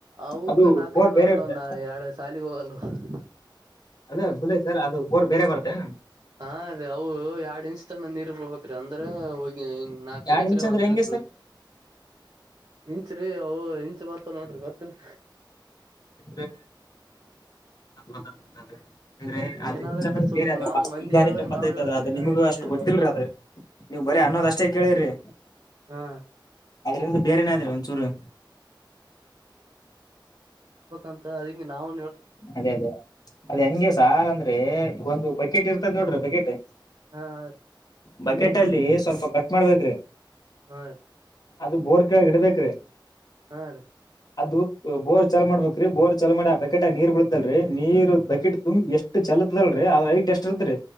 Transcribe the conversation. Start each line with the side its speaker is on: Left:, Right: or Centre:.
Right: ಅವಕ್
Left: ಅದು
Right: ನಾಲ್ಕದ
Left: ಬೋರ್
Right: ಬರ್ಲ
Left: ಬೇರೆ ಇರುತ್ತೆ
Right: ನಾ ಎಡು ಸಾಲಿಿಗೆ ಹೋಗಲ್ವ ಹ್ಮ
Left: ಅದೇ ಬುದ ಸರ್ ಅದು ಬೋರ್ ಬೇರೆ ಬರ್ತನಾ
Right: ಹಾ ಅದೇ ಅವು ಎರಡ್ ಇಂಚ್ ತನ ನೀರು ಬಬೇಕ್ರೀ ಅಂದ್ರ ಹೋಗಿ ನಾಕದು
Left: ಎರಡ್
Right: ಎಕ್ರ
Left: ಇಂಚ್ ಅಂದ್ರೆ
Right: ಒಂದ್
Left: ಹೆಂಗೆ
Right: ದಿನ ತಿಳತ
Left: ಸರ್
Right: ಇಂಚ್ರೀ ಅ ಇಂಚ್ ಬತ್ತ ನೋಡ್ರಿ ಗತ್ತಿಲ್ಲ
Left: ಅಂದ್ರೆ ಹ್ಮವವ್ರೆ ಅ ಅ
Right: ಏನದೇನ್ರೀ
Left: ಜ
Right: ಸುಮ್
Left: ಬೇರೆ
Right: ನಾವ್ ಮಂದಿ
Left: ವಿಜ್ಞಾನಕ್ಕೆಂಬೈತದ
Right: ಹೇಳ್ದಂಗ ನಾವ್ ಹೇಳ್ತಿವ್ರಿ
Left: ಅದು ನಿಮ್ಗೂ
Right: ಎರಡ್ ಇಂಚ್
Left: ಅಷ್ಟು
Right: ನೀರ್
Left: ಗೊತ್ತಿಲ್ರರಿ
Right: ಬರ್ತಾವ ಅಂತ
Left: ಅದು ನೀವು ಬರೀ ಅನ್ನೋದ್ ಅಷ್ಟೇ ಕೇಳಿರ್ರಿ
Right: ಹಾ
Left: ಅ್ರಿಂದ ಬೇರೆೇನಾದ್ರಿ ಒಂಚೂರು
Right: ಅಂತ ಅದ ನಾವು
Left: ಅದೇ ಅದೇ ಅದ ಹೆಂಗೆ ಸಾಲ ಅಂದ್ರೆ ಒಂದು ಬಕೆಟ್ ಇರ್ತದ ನೋಡ್ರಿ ಬಕೆಟ್
Right: ಹಾ ಹ್ರೀ
Left: ಬಕೆಟ್ ಅಲ್ಲಿ ಸ್ವಲ್ಪ ಕಟ್ ಮಾಡ್ಬೇಕ್ರಿ
Right: ಹ ರೀ
Left: ಅದು ಬೋರ್ ಕೆಳಗೆ ಇಡ್ಬೇಕ್ರೀ
Right: ಹಾ ರೀ
Left: ಅದು ಬೋರ್ ಚಲ ಮಾಡಬೇಕ್ರೀ ಬೋರ್ ಚಲೋ ಮಾಡಿ ಆ ಬಕೆಟ್ ನೀರ್ ಬೀಳುದಲ್ರೀ ನೀರ್
Right: ಹಾ
Left: ಬಕೆಟ್ ತುಂಬಿ ಎಷ್ಟು ಇ ಚೆಲತ್ದಲ್ೀ ಅದ್ರ ಐಟ್ ಎಷ್ಟ್ ಇರ್ತ್್ರಿ